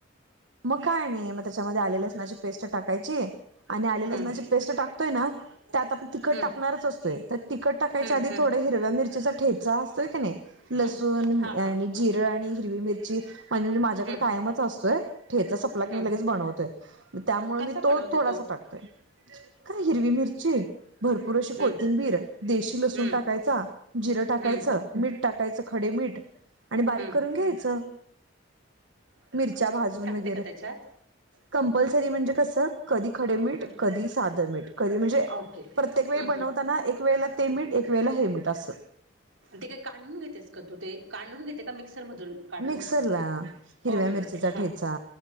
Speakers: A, on the right; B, on the right.
A: मग काय नाही मग त्याच्यामध्ये आलेली
B: हम्म
A: लसणाची पेस्ट टाकायची आणि आले
B: हम्म
A: लसणाची पेस्ट टाकतोय ना त्यात आपण तिखट
B: हम्म
A: टाकणारच असतोय तर तिखट टाकायच्या
B: हम्म
A: आधी
B: हम्म
A: थोड हिरव्या मिरचीचा ठेचा असतोय की नाही लसूण
B: हम्म हा
A: आणि
B: हा
A: जिरं आणि हिरवी मिरची म्हणजेजे माझ्याकडे
B: हम्म
A: कायमच असतोय ठेच की
B: हम्म
A: मी लगेच बनवतय त्यामुळे
B: कसा
A: मी तो
B: बनवते
A: थोडासा टाकते. खर हिरवि मिरची भरपूर अशी कोथिंबीर
B: हम्म
A: देशी लसूण
B: हम्म
A: टाकायचा जिरं टाकायचं
B: हम्म
A: मीठ टाकायचं खडे मीठ आणि बारीक
B: हम्म
A: करून घ्यायच मिरच्या भाजून वग
B: तेका त्याच्यात
A: कंपल्सरी म्हणजे कसं कधी खडेमीठ
B: हम्म
A: कधी साद मीठ कधी म्हणजे
B: ओके
A: प्रत्येक वेळी
B: हम्म
A: बनवताना एक वेळेला ते मीठ एक वेळेला हे मीठ असं.
B: ते काही कांडून घेतेस का तू ते कांढून घेते का मिक्सरमधून काढून
A: मिक्सर
B: घेतेस
A: ला हिरव्या
B: ओके
A: मिरचीचा
B: ओके हां
A: ठेचा